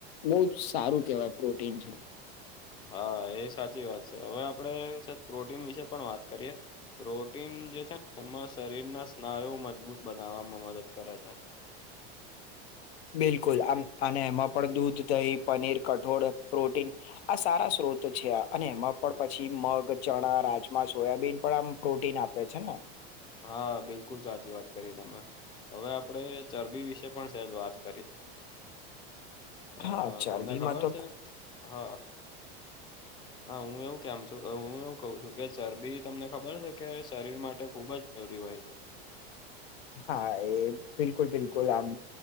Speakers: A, on the left; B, on the left.
A: બહૂં જ સારું કેવાય પ્રોટીન છે.
B: હા એ સાચી વાત છે હવે આપડે સા પ્રોટીન વિશે પણ વાત કરીએ પ્રોટીન જે છે ને એમાં શરીરના સ્નાયુ મજબૂત બનાવવામાં મદદ કરે છે. <inaudible>
A: બિલકુલ અને એમાં પણ દૂધ દહી પનીર કઠોળ પ્રોટીન આ સારા સ્ત્રોત છે અને એમાં પણ પછી મગ ચણા રાજમા સોયાબીન પણ આમ પ્રોટીન આપે છે ને
B: હા બિલકુલ સાચી વાત કરી તમે હવે આપડે ચરબી વિશે પણ સેજ વાત કરી અ
A: હા ચરબીમાં
B: તમને ખબર
A: તો
B: છે હા હા હું એવું કેમ છું હું એવું કઉ છું કે ચરબી તમને ખબર છે. કે શરીર માટે ખુબ જ જરૂરી હોય છે.
A: હા એ બિલકુલ બિલકુલ આમ